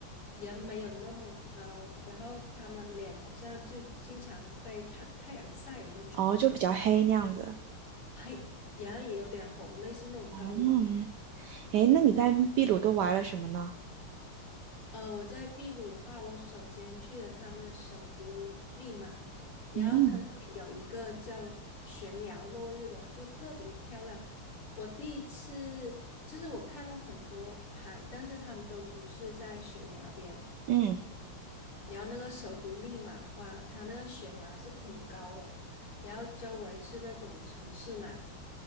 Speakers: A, on the left (about 80°); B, on the right (about 80°).
A: 人没有那么高，然后他们的脸好像就经常被太太阳晒的那种，
B: 哦，就比较黑那样子。
A: <laughs> 黑，然后也有点红，类似那种高原。
B: 嗯，诶，那你在秘鲁都玩了什么呢？
A: 呃，我在秘鲁的话，我首先去了他们的首都利马，然后它那里有一个叫悬崖落日的，
B: 嗯
A: 就特别漂亮。我第一次，就是我看过很多海，但是他们都不是在悬崖边。
B: 嗯
A: 然后那个首都利马的话，它那个悬崖是挺高的，然后周围是那种城市嘛，